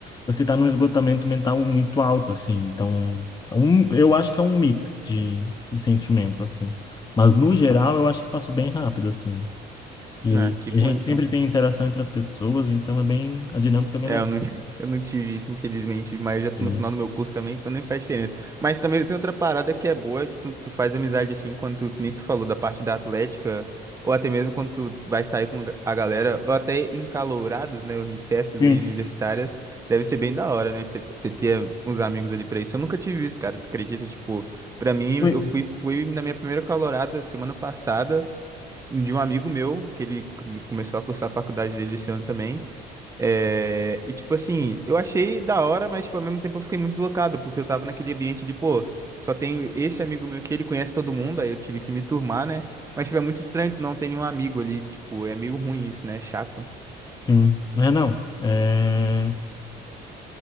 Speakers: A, on the left (about 25°); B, on the right (about 20°).
A: você tá num esgotamento mental muito alto, assim. Então, é um, eu acho que é um mix de, de sentimento, assim. Mas, no geral, eu acho que passou bem rápido, assim. E,
B: Ah, que
A: e
B: bom,
A: a gente
B: então.
A: sempre tem interação entre as pessoas, então é bem, a dinâmica é bem
B: É,
A: legal.
B: eu não, <laughs> eu não tive isso, infelizmente, mas já tô
A: Sim,
B: no final do meu curso também, então nem faz diferença. Mas também tem outra parada que é boa, que tu, tu faz amizade assim, quando tu, que nem tu falou, da parte da atlética, ou até mesmo quando tu vai sair com a galera, ou até em calouradas, né, ou em festas
A: sim,
B: aí universitárias, deve ser bem da hora, né, ter- você ter uns amigos ali pra isso. Eu nunca tive isso, cara, tu acredita? Tipo, pra mim,
A: Ui,
B: eu fui, fui na minha primeira calourada semana passada, de um amigo meu, que ele ele começou a cursar a faculdade dele esse ano também, é, e tipo assim, eu achei da hora, mas tipo, ao mesmo tempo eu fiquei muito deslocado, porque eu tava naquele ambiente de, pô, só tenho esse amigo meu que ele conhece todo mundo, aí eu tive que me turmar, né? Mas tipo, é muito estranho tu não ter nenhum amigo ali, tipo, é meio ruim isso, né? É Chato.
A: sim. Mas não, é,